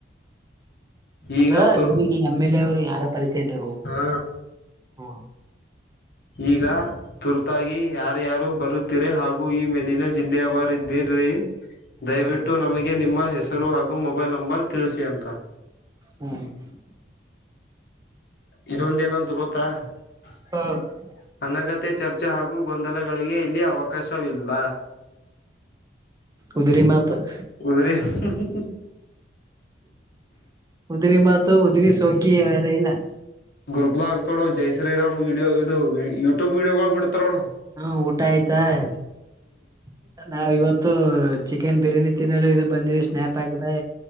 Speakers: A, on the right; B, on the left.
A: ಅಂದ್ರ
B: ಈಗ ತುರ್ತ
A: ಇವರಿಗೆ ಎಮ್ ಎಲ್ ಎ ಅವರು ಯಾರ ಪರಿಚಯ ಇದರು
B: ಹಾ
A: ಹ್ಮ್. <inaudible>
B: ಈಗಾ. ತುರ್ತಾಗಿ ಯಾರು ಯಾರು ಬರುತ್ತಿರಿ ಹಾಗೂ ಈ ಮೇಲಿನ ಜಿಲ್ಲೆಯವರು ಇದ್ದೀರಿ. ದಯಬಿಟ್ಟು
A: ಹ್ಮ್
B: ನಮಗೆ ನಿಮ್ಮ ಹೆಸರು ಹಾಗೂ ಮೊಬೈಲ್ ನಂಬರ್ ತಿಳಿಸಿ ಅಂತ. <inaudible>
A: ಹ್ಮ. <inaudible>
B: ಇನ್ನೊಂದ ಏನಂತ ಗೊತ್ತಾ. <inaudible>
A: ಹಾ. <unintelligible>
B: ಅನಗತ್ಯ ಚರ್ಚೆ ಹಾಗೂ ಗೊಂದಲಗಳಿಗೆ ಇಲ್ಲಿ ಅವಕಾಶವಿಲ್ಲ.
A: ಉದರಿ ಮಾತ್. <inaudible>
B: ಉದರಿ. <inaudible>
A: ಉದರಿ ಮಾತು ಉದರಿ ಸೋಕಿ ಅರಇಲ್ಲ. <inaudible>
B: ಗ್ರೂಪ್ ದಾಗ್ ಹಾಕ್ತಾರ ನೋಡ ಜೈ ಶ್ರೀರಾಮ್ ವೀಡಿಯೋ ಇದು ಯೂಟ್ಯೂಬ್ ವೀಡಿಯೋಗಳು ಬಿಡ್ತಾರ ಅಣ್ಣಾ. <inaudible>
A: ಹಾ ಊಟ ಆಯ್ತಾ. <inaudible> <inaudible> ನಾವ ಇವತ್ತು ಚಿಕನ್ ಬಿರಿಯಾನಿ ತಿನ್ನಲು ಇದು ಬಂದಿವಿ ಸ್ನ್ಯಾಪ್ ಹಾಕಿದೆ.